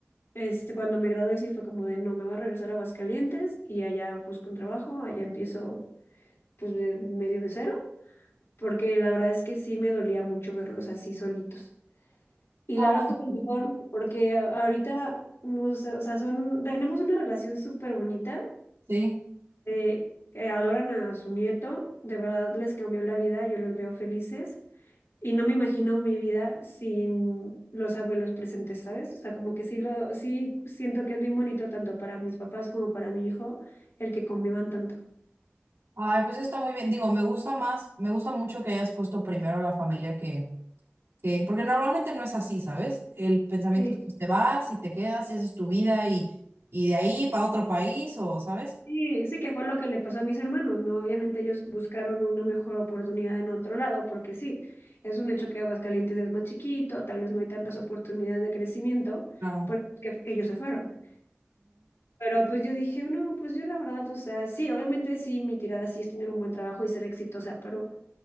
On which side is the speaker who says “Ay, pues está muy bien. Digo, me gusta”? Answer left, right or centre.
Right